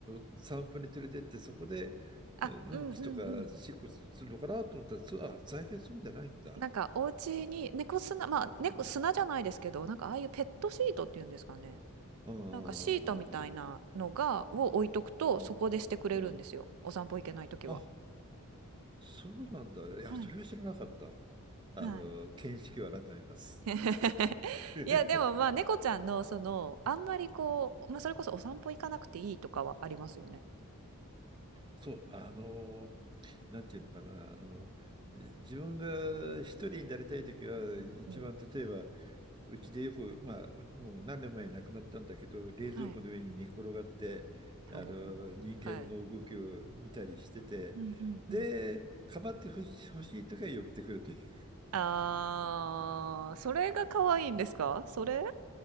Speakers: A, on the right; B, on the right.
A: の散歩に連れてってそこでうんうんちとかしっこするのかなと思ったらそうあ最近そうじゃないんだ。
B: あ、うんうんうん。なんか、お家に猫砂、まあ、猫砂じゃないですけど、
A: うん、
B: なんか、ああいうペットシートっていうんですかね。
A: うんうんうん
B: なんか、シートみたいなのが、を置いとくと、
A: うんうんうん
B: そこでしてくれるんですよ。お散歩行けないときは。
A: あそうなんだ。いやそれは知らなかった。
B: はい。
A: あの、
B: はい。
A: 見識を改めます。
B: <laughs>
A: <laughs>
B: いや、でもまあ、猫ちゃんの、その、あんまりこう、まあ、それこそお散歩行かなくていいとかはありますよね。
A: そう、あの、なんていうのかな、あの、自分が一人になりたいときは、
B: うんうん。
A: 一番例えば、うちでよく、まあ、もう何年も前に亡くなったんだけど、冷蔵庫の上に寝っ転がって、
B: はい。
A: あの、
B: おーはい。
A: 人間の動きを見たりしてて、
B: うんうんうん。
A: で、かまってほし欲しいときは寄ってくるという。
B: あー、それが可愛いんですかそれ